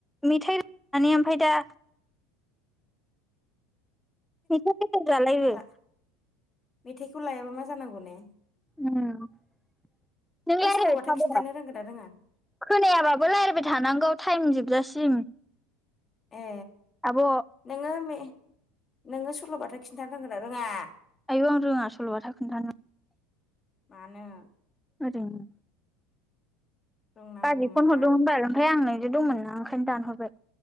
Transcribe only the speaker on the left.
ला मेथाइखौ लायाबा मा जानांगौ ने?
नों
सल'बाथा खिन्थानो रोंगोन ना रोङा
ए
नोङो नोङो सल'बाथा खिन्थानो रांगोन ना रोङा?
मानो?
रोंनांगौमोन
ना